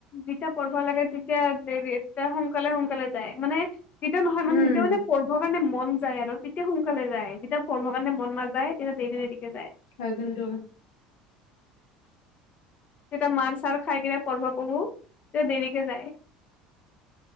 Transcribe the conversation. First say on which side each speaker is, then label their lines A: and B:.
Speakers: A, on the left; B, on the left.
A: যেতিয়া পঢ়িব লাগে, তেতিয়া দেৰি, তেতিয়া সোনকালে সোনকালে যায়। মানে তেতিয়া নহয়
B: উম।
A: মানে, তেতিয়া মানে পঢ় ঢ়িব কাৰণে মন যায় আৰু তেতিয়া সোনকালে যায়, যেতিয়া পঢ়িব কাৰণে মন নাযায় তেতিয়া দেৰি দেৰিকৈ যায়।
B: হয়, কিন্তু
A: যেতিয়া মাৰ-চাৰ খাই কিনে পঢ়িব বহো, তেতিয়া দেৰিকে যায়।